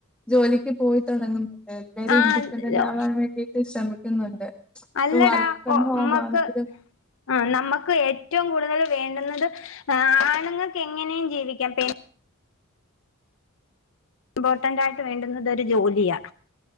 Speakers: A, in the centre; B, on the left.
A: ജോലിക്ക് പോയി തുടങ്ങ് എല്ലാരും
B: ആ
A: ഇൻഡിപെൻഡന്റ് ആവാൻ വേണ്ടിട്ട് ശ്രമിക്കുന്നുണ്ട്
B: അല്ലടാ
A: ഇ വർക്ക് ഫ്രം
B: ഒ
A: ഹോം
B: മ്മക്ക്
A: ആണെങ്കിൽ
B: ആ നമ്മക്ക് ഏറ്റവും കൂടുതൽ വേണ്ടുന്നത് ആണുങ്ങക്ക് എങ്ങനെയും ജീവിക്കാം പെണ്ണ് ഇമ്പോർട്ടന്റ് ആയിട്ട് വേണ്ടുന്നത് ഒരു ജോലിയാ